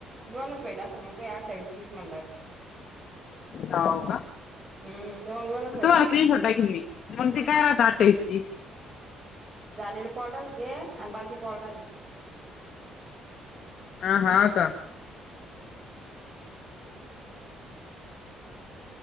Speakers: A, on the right; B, on the left.
A: दोनच वेला असेल मग तु अठ्ठावीस तीस म्हणल्यावर
B: हव का
A: हम्म दोन दोनच व्हायला
B: तुम्हाला
A: असेल
B: स्क्रीन
A: मग
B: शॉट टाखेन मी मग ते काय
A: हा
B: राहत अठ्ठावीस तीस
A: झालेले कॉल येते आणि बाकी कॉल राहतेत
B: आह का